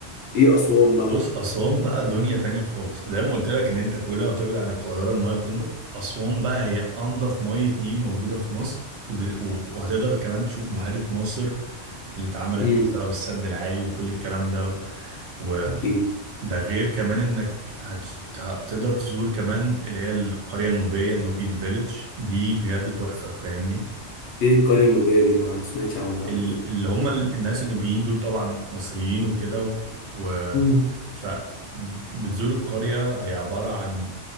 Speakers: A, on the left (about 70°); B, on the right (about 70°).
A: ايه اسوان بقى
B: بص أسوان بقى دنيا تانية خالص زي ما قلت لك إن أنت كل ما بتبعد عن القاهرة المية بتنضف أسوان بقى هي أنضف مية نيل موجودة في مصر وب- و- وهتقدر كمان تشوف بحيرة ناصر اللي اتعملت
A: امم
B: بسبب السد العالي وكل الكلام ده وده
A: اكيد
B: غير كمان إنك هت- هتقدر تزور كمان اللي هي القرية النوبية نوبيان فيليج دي بجد تحفة فاهمني
A: ايه القريه النوبيه دي ما سمعتش عنها قبل
B: ال-
A: كده
B: اللي هم ال- الناس النوبيين دول طبعا مصريين وكده و... و...
A: امم
B: ف بتزور القرية هي عبارة عن